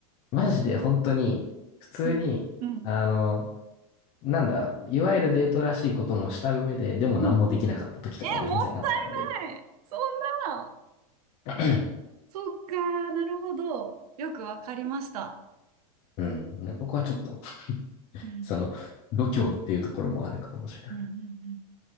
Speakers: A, on the left; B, on the right.
A: マジで本当に、普通に、
B: うん、うん、
A: あの、なんだ、いわゆるデートらしいこともした上で、でも何もできなかった時とかも全然あったので、
B: うん。え、もったいない。そんな。
A: <clears throat>
B: そっか、なるほど。よくわかりました。
A: <coughs> うん、ここはちょっと、
B: うん、
A: その、度胸っていうところもあるかもしれない。
B: うん、うん、うん。